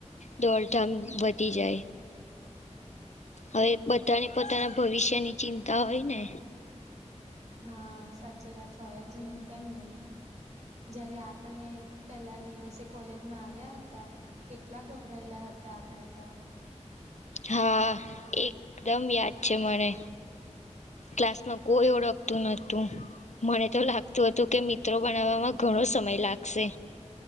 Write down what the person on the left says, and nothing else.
દોડધામ વધી જાય હવે બધાને પોતાના ભવિષ્યની ચિંતા હોય ને
હા એકદમ યાદ છે મને ક્લાસમાં કોઈ ઓળખતું નતું મને તો લાગતું હતું કે મિત્રો બનાવવામાં ઘણો સમય લાગશે